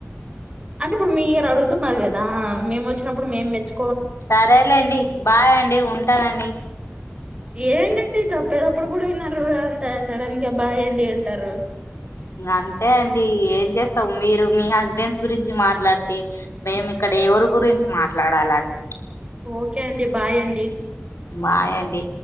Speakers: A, on the right; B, on the left.
A: అంటే ఇప్పుడు మీరు అడుగుతున్నారు కదా మేము వచ్చినప్పుడు మేము మెచ్చు
B: సరేలేండి బాయ్ అండి ఉంటానండి
A: ఏంటండి చెప్పేటప్పుడు కూడా విన్నారు అంత సడన్ గా బ్బాయ్ అండి అంటారు
B: అంతే అండి ఏం చేస్తాం మీరు మీ హస్బెండ్స్ గురించి మాట్లా మాట్లాడితే మేం ఇక్కడ ఎవరి గురించి మాట్లాడాలండి
A: ఓకే అండి బాయ్ అండి
B: బాయ్ అండి